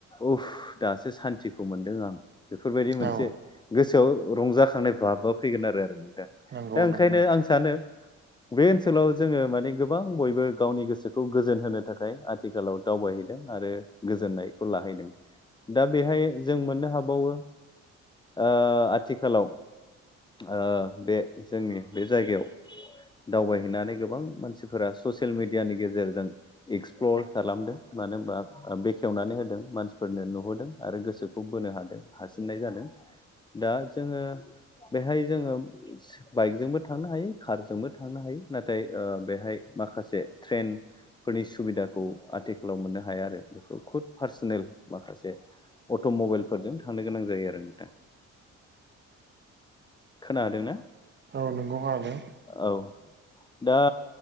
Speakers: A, on the left; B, on the right.
A: उप दासो सान्थिखौ मोनदों आं बेफोरबायदि मोनसे
B: औ
A: गोसोआव रंजाखांनाय बाबा फैगोन आरो आरो नोंथां
B: नंगौ
A: दा ओंखायनो
B: नंगौ
A: आं सानो बे ओनसोलाव जोङो माने गोबां बयबो गावनि गोसोखौ गोजोन होनो थाखाय आ थिखालाव दावबायहैदों आरो गोजोननायखौ लाहैदों दा बेहाय जों मोननो हाबावो ओ आथिखालाव ओ बे जोंनि बे जायगायाव दावबायहैनानै गोबां मानसिफोरा ससियेल मिडियानि गेजेरजों एक्सप्लर खालामदों मानो होनबा बेखेवनानै होदों मानसिफोरनो नुहोदों आरो गोसो खौ बोनो हादों हासिननाय जादों दा जोङो बेहाय जोङो बाइकजोंबो थांनो हायो कारजोंबो थांनो हायो नाथाय ओ बेहाय माखासे ट्रेन फोरनि सुबिदाखौ आथिखालाव मोननो हाया आरो बेखौ खुद पार्सनेल माखासे अट' मबाइलफोरजों थांनो गोनां जायो आरो नोंथां खोनादों ना
B: औ नोंगौ खोनादों
A: औ दा